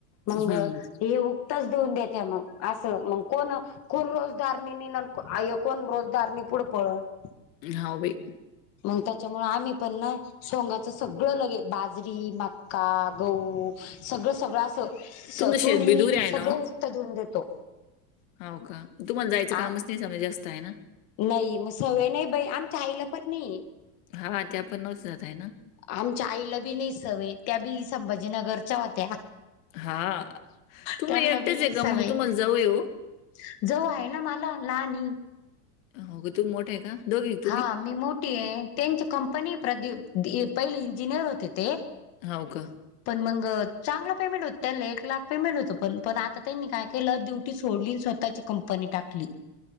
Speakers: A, on the left; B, on the left.
A: मग
B: हं.
A: हे च देऊन देते मग असं मग कोण कुररोजदारयोग्य कोण रोजदार नि पुुड पळत
B: हा बाई‌.
A: मग त्याच्यामुळे आम्ही पण ना सोंगाचं सगळं लगे बाजरी मक्का गहू सगळं सगळं असं स
B: तुमचं शेत
A: तुरी
B: बी दूर आहे ना
A: सगळं
B: ओ?
A: उक्त देऊन देतो.
B: हो का तुम्हाला जायचं
A: आ
B: कामच नाही समजा जास्त आहे ना.
A: नाही मग सवय नाही बाई आमच्या आईला पण नाही य.
B: हा त्या पण नव्हत्या जात हाय ना.
A: आमच्या आईला बी नाही सवय त्या बी संभाजीनगरच्या होत्या.
B: हा तुम्ही
A: त्यांना
B: एकटीच
A: बी नाही
B: आहे का
A: सवय
B: मग तुम्हाला जाऊ ये
A: <inaudible>
B: होग तू मोठ आहे का दोघी आहे तुम्ही?
A: हा मी मोठी टच कंपनी प्र पहिले इंजिनियर होते ते
B: हो का.
A: पण मग चांगला पेमेंट होत त्याला एक लाख पेमेंट होतं पण पण आता त्यांनी काय केलं ड्यूटी सोडली स्वतःची कंपनी टाकली.